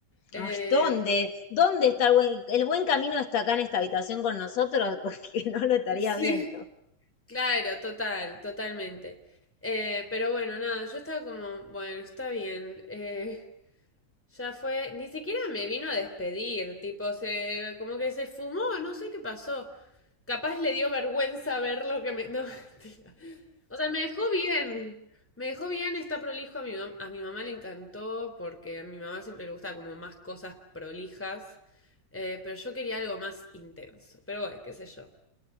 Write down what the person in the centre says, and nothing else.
Eh,
<laughs>
sí,
claro, total, totalmente. Eh, pero bueno, nada, yo estaba como, bueno, está bien. eh, ya fue, ni siquiera me vino a despedir, tipo, se, como que se fumó, no sé qué pasó. Capaz le dio vergüenza ver lo que me. <laughs> No, mentira. O sea, me dejó bien. Me dejó bien, está prolijo. A mi, mam- a mi mamá le encantó porque a mi mamá siempre le gusta como más cosas prolijas. Eh, pero yo quería algo más intenso. Pero bueno, qué sé yo.